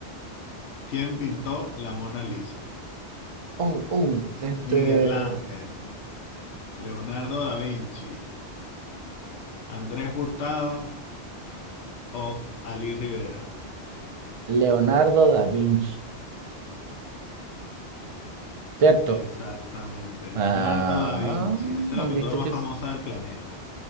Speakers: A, on the left (about 80°); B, on the right (about 40°).
A: ¿Quién pintó la Mona Lisa?
B: Oh, oh, este.
A: Miguel Ángel, Leonardo da Vinci. Andrés Hurtado o Ali Rivera.
B: Leonardo da Vinci, ¿cierto?
A: Exactamente, Leonardo
B: Ah,
A: da Vinci. Esa es
B: ¿no
A: la pintura
B: viste
A: más
B: que
A: famosa
B: s-
A: del planeta.